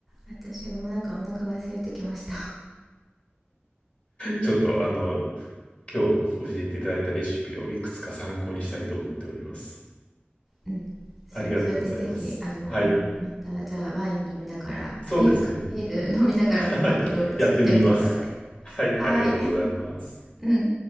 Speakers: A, in the centre; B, on the left.
A: 私もなんかお腹が空いてきました
B: ちょっとあの、今日教えていただいたレシピをいくつか参考にしたいと思っております。
A: うんそうそれでぜひあの、
B: ありがとうございます。はい。
A: うん、またじゃあワイン飲みながらあビールかビール飲みながらなんかいろいろ作ってみてください
B: そうですね。<laughs> はい。やってみます。はい。ありがとうございます。
A: はーい <laughs> うん